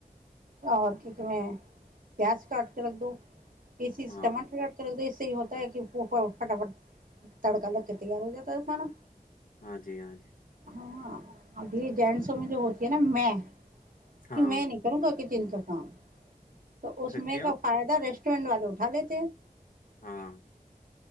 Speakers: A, on the right (about 70°); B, on the left (about 70°).
A: اور کی کہ ہیں پیاس کاٹ کے رکھ دو اسی سے
B: ہاں
A: ٹماٹر کاٹ کے رکھ د اس سے ہی ہوتا ہے کہا فٹافٹ تڑکا لگ کے تیار ہو جاتا تھا سانا
B: ہاں جی ہاں جی
A: ہاں ابھی جینسوں میں جو ہوتی ہے نا میں
B: ہاں
A: کہ میں نہیں کروں گا کہ دن کاک ہاں تو اس میں
B: کیوں
A: کا فائدہ ریسٹورینٹ والے اٹھا لیتے ہیں
B: ہاں